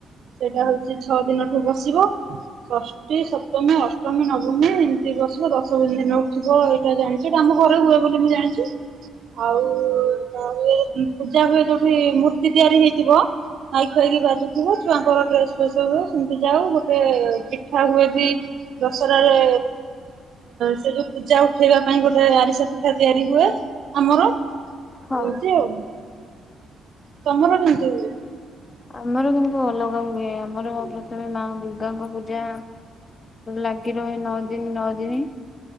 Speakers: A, on the right; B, on the left.
A: ସେଇଟା ହୋଉଚି ଛଅ ଦିନଠୁ ବସିବ ଷଷ୍ଠୀ ସପ୍ତମୀ ଅଷ୍ଟମୀ ନବମୀ ଏମିତି ବସିବ ଦଶମୀ ଦିନ ଉଠିବ ଏଇଟା ଜାଣିଚ ଏଟା ଆ ଘରେ ହୁଏ ବୋଲି ମୁଁ ଜାଣିଚି ଆଉ ତ ହୁଏ ପୂଜା ହୁଏ ଯୋଉଠି ମୂର୍ତ୍ତି ତିଆରି ହେଇଥିବ ମାଇକ ଫାଇକ ବାଜୁଥିବ ଛୁଆଙ୍କର ଡ୍ରେସ ଫେସ ହୁଏ ସେମିତି ଯାଉ ଗୋଟେ ପିଠା ହୁଏ ବି ଦଶହରାରେ ସେ ଯୋଉ ପୂଜା ଉଠେଇବା ପାଇଁ ଗୋଟେ ଆରିସା ପିଠା ତିଆରି ହୁଏ ଆମର। ଏମିତି
B: ହଁ।
A: ଆଉ। ତମର କେମତି ହୁଏ?
B: ଆମର କିନ୍ତୁ ଅଲଗା ହୁଏ ଆମର ପ୍ରଥମେ ମା ଦୁର୍ଗାଙ୍କ ପୂଜା ଲାଗି ରହେ ନଅ ଦିନି ନଅ ଦିନି।